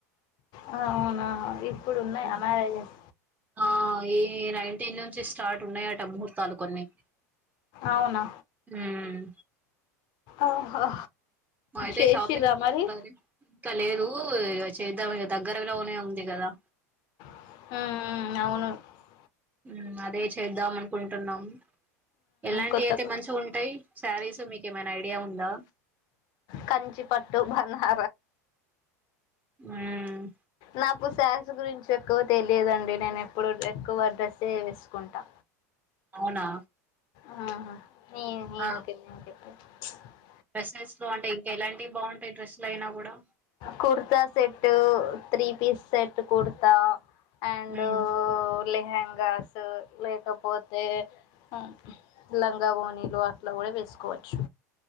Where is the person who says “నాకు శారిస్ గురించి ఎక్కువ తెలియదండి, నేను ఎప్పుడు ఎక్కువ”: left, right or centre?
Left